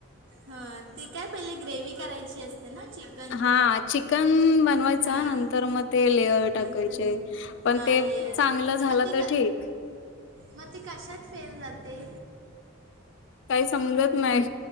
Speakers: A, on the right; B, on the left.
A: हा ती काय पहिले ग्रेवी करायची असते ना चिक
B: हा चिकन बनवायचं
A: हां
B: नंतर मग ते लेअर टाकायचे.
A: नंतर मग
B: पण
A: हां
B: ते
A: लेअर
B: चांगलं झालं
A: मग ती
B: तर
A: का
B: ठीक.
A: मग ती कशात फेल जाते.
B: काही समजत नाही.